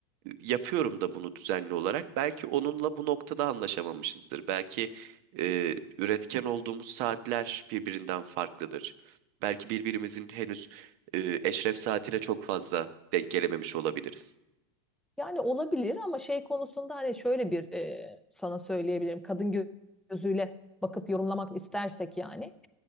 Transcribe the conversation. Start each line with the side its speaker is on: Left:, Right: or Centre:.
Right: yapıyorum da bunu düzenli olarak. Belki onunla bu noktada anlaşamamışızdır. Belki e, üretken olduğumuz saatler birbirinden farklıdır. Belki birbirimizin henüz e, eşref saatine çok fazla denk gelememiş olabiliriz.
Centre: Yani olabilir ama şey konusunda hani şöyle bir e, sana söyleyebilirim. Kadın gö- gözüyle bakıp yorumlamak istersek yani.